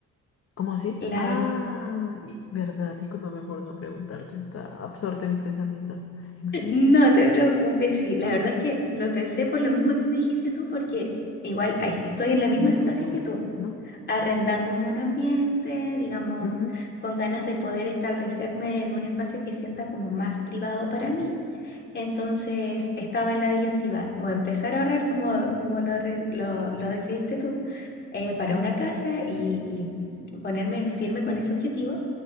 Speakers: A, on the left; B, on the left.
A: ¿Cómo así?
B: La
A: Ah,
B: verdad.
A: y- verdad, discúlpame por no preguntarte, está absorta en mis pensamientos. ¿En serio?
B: No te preocupes, sí, la verdad es que lo pensé por lo mismo que me dijiste tú, porque igual ay, estoy en la misma
A: En el
B: situación
A: futuro,
B: que tú,
A: ¿no?
B: arrendando un monoambiente, digamos,
A: Ujú,
B: con ganas de poder establecerme en un espacio que sienta como más privado para mí. Entonces estaba en la disyuntiva, o empezar a ahorrar como, como lo, re- lo- lo decidiste tú, eh, para
A: claro.
B: una casa y, y ponerme firme con ese objetivo